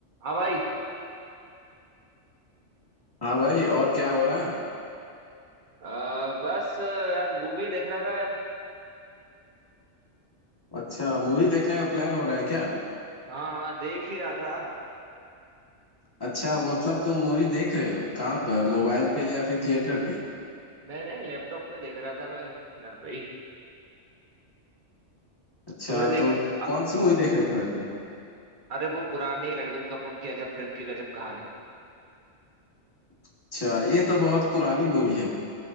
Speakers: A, on the right; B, on the left.
A: हाँ भाई
B: हाँ भाई और क्या हो रहा है
A: आ, बस अ, यार मूवी देख रहा था यार
B: अच्छा मूवी देखने का प्लान हो रहा है क्या
A: हाँ हाँ देख ही रहा था
B: अच्छा मतलब तुम मूवी देख रहे हो कहाँ पर
A: हाँ
B: मोबाइल पे या फिर थिएटर पे
A: नहीं नहीं लैपटॉप में देख रहा था मैं घर पे ही
B: अच्छा
A: तुमने देख
B: तो
A: अ-
B: कौन सी मूवी देख रहे थे वैसे
A: अरे वो पुरानी रणवीर कपूर की अजब प्रेम की गजब कहानी
B: अच्छा ये तो बहुत पुरानी मूवी है